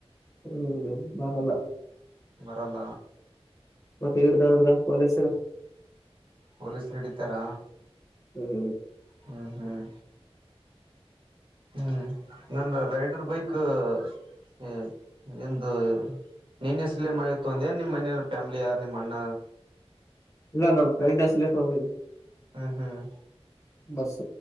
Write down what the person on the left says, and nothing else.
ಹ್ಮ್ ಬರಲ್ಲ
ಮತ್ತೆ ಹಡ್ದದ್ರ ಪೊಲೀಸರು
ಹ್ಮ್
ನಾಾನ ಬ್ರೆಂಡ ಅಲ ತರಿ
ಬಸ